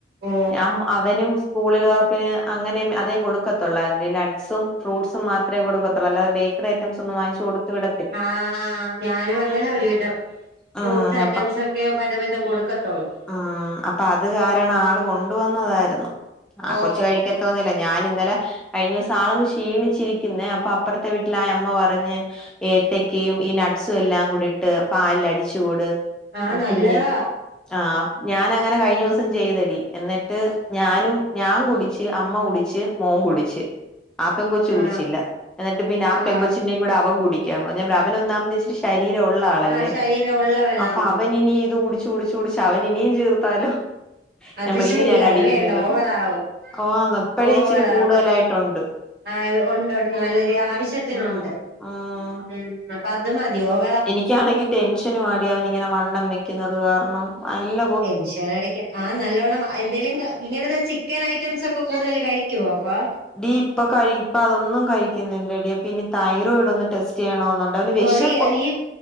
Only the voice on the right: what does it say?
ഓ
ആ ഞാനും അങ്ങനാ ഒരുവിധം
ഫ്രൂട്ട്സ് ഐറ്റംസ് ഒക്കെ പലവിധം കൊടുക്കത്തൊള്ളൂ.
ഓ
ഓ
ആഹ് നല്ലതാ
ആഹ്
ആഹ്
ആഹ് ശരീരം ഉള്ളവനാന്ന്
അത്
ശരിയാ
അത് വേണ്ട ഓവർ ആവും
ഓവർ
ആവും ആ ഉണ്ടുണ്ട് നല്ല രീതി ആവശ്യത്തിനുണ്ട്ഉംഅത്
മതി ഓവ
ടെൻഷൻ അടിക്ക ആ നല്ലോണം അ എന്തേലും പിന്നെ അവന് ചിക്കൻ ഐറ്റംസ് ഒക്കെ കൂടുതൽ കഴിക്കുവോ അപ്പൊ
കൊറിയ ഈ